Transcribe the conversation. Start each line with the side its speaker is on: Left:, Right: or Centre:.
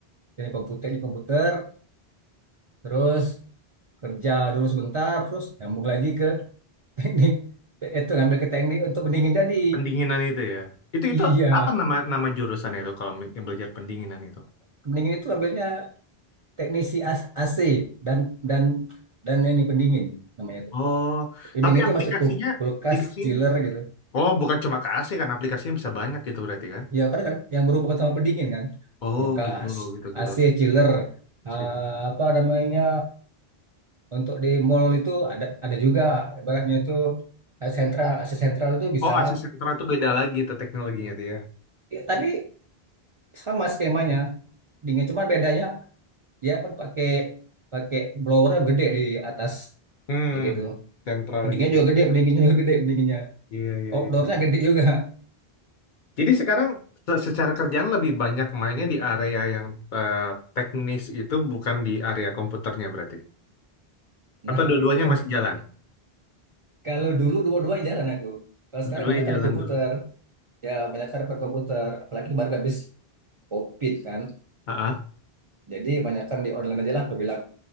Right: jadi komputer di komputer, terus kerja dulu sebentar, terus nyambung lagi ke <laughs> teknik. Itu ngambil ke teknik untuk pendingin tadi.
Left: Pendinginan itu ya. Itu
Right: Iya.
Left: itu apa nama nama jurusan itu kalau me- yang belajar pendinginan itu?
Right: Pendingin itu ambilnya teknisi A- AC dan dan dan ini pendingin namanya itu.
Left: Oh,
Right: Ya,
Left: tapi
Right: pendingin itu
Left: aplikasinya
Right: masuk kulkas,
Left: aplikasinya
Right: chiller gitu.
Left: Oh, bukan cuma ke AC kan aplikasinya bisa banyak gitu berarti kan?
Right: Ya karena kan yang berhubungan sama pendingin kan,
Left: Oh,
Right: kulkas,
Left: gitu gitu gitu.
Right: AC, chiller,
Left: Silakan.
Right: eh, apa namanya untuk di mall itu ada ada juga ibaratnya itu eh, sentral AC sentral itu bisa
Left: Oh, AC sentral itu beda lagi itu teknologinya tuh ya.
Right: Ya, tapi sama skemanya dingin cuma bedanya dia kan pakai pakai blower gede di atas
Left: Hmm,
Right: kayak gitu
Left: sentral
Right: pendinginnya
Left: gitu
Right: juga
Left: ya.
Right: gede pendinginnya juga gede pendinginnya
Left: Iya, iya,
Right: outdoornya
Left: iya. iya.
Right: gede juga
Left: Jadi sekarang se- secara kerjaan lebih banyak mainnya di area yang eh, teknis itu bukan di area komputernya berarti. Atau
Right: Nah,
Left: dua-duanya
Right: gitu.
Left: masih jalan?
Right: Kalau dulu dua-duanya jalan aku. Kalau
Left: Dua-duanya
Right: sekarang banyak kan
Left: jalan
Right: di komputer.
Left: dulu.
Right: Ya, banyak kan per komputer. Apalagi baru habis COVID kan.
Left: Ah,
Right: Jadi banyak kan di online aja lah aku bilang.